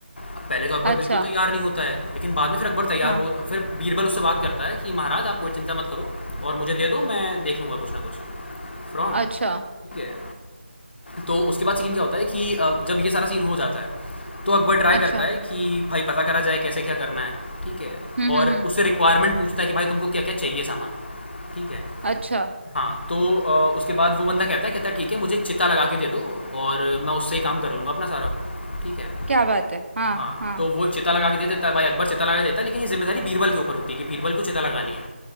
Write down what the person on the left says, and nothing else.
अब पहले तो अकबर
बिल्कुल तैयार नहीं होता है लेकिन बाद में फिर अकबर तैयार
हो फिर बीरबल उससे बात करता है कि महाराज आप कोई चिंता मत करो और मुझे दे दो मैं देख लूँगा कुछ ना कुछ फ्रॉम ठीक
है तो उसके बाद सीन क्या होता है कि अ, जब ये सारा सीन हो जाता है तो अकबर ट्राई
करता है कि भाई पता करा जाए कैसे क्या करना है ठीक है
और
उससे रिक्वायरमेंट पूछता है कि भाई तुमको क्या क्या चाहिए सामान ठीक है
हाँ तो अ, उसके बाद वो बंदा कहता है कहता है ठीक है मुझे एक चिता लगा के दे दो और मैं उससे ही काम कर लूँगा अपना सारा ठीक है
हाँ,
तो वो चिता लगा के दे देता है भाई अकबर चिता लगा के देता है लेकिन ये जिम्मेदारी बीरबल के ऊपर होती है कि बीरबल को चिता लगानी है